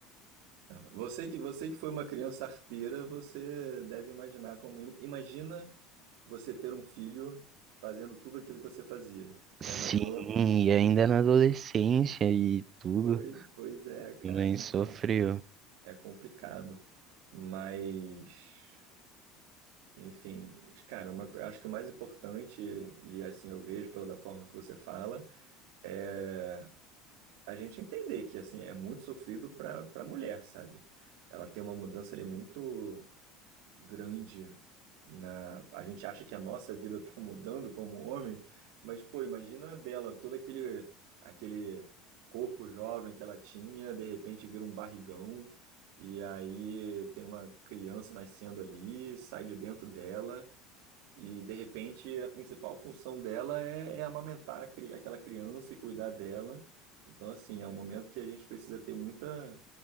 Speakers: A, on the right (about 75°); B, on the right (about 30°).
A: você que, você que foi uma criança arteira, você deve imaginar como, im- imagina você ter um filho fazendo tudo aquilo que você fazia. Já
B: Sim,
A: imaginou?
B: e ainda na adolescência e tudo,
A: Pois, pois é, cara,
B: minha mãe
A: então.
B: sofreu,
A: É complicado. Mas, enfim, cara, uma, acho que o mais importante, e assim eu vejo pela da forma que você fala, é a gente entender que assim é muito sofrido para para mulher, sabe? Ela tem uma mudança ali muito grande na. A gente acha que a nossa vida está mudando como homem, mas, pô, imagina a dela, todo aquele, aquele corpo jovem que ela tinha, de repente vira um barrigão, e aí tem uma criança nascendo ali, sai de dentro dela, e de repente a principal função dela é, é amamentar a cri- aquela criança e cuidar dela. Então, assim, é um momento que a gente precisa ter muita